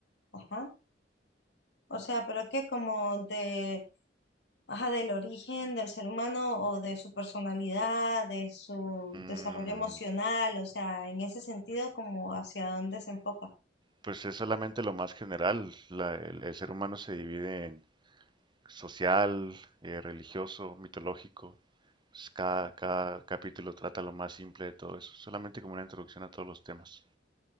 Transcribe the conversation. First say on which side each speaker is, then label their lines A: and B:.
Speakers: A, on the left; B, on the right.
A: Ajá. O sea, pero que como de ajá, del origen del ser humano o de su personalidad, de su
B: Mm,
A: desarrollo emocional, o sea, en ese sentido, como hacia dónde se enfoca.
B: pues es solamente lo más general. La- el, el ser humano se divide en social, eh, religioso, mitológico. Pues, cada, cada capítulo trata lo más simple de todo eso, solamente como una introducción a todos los temas.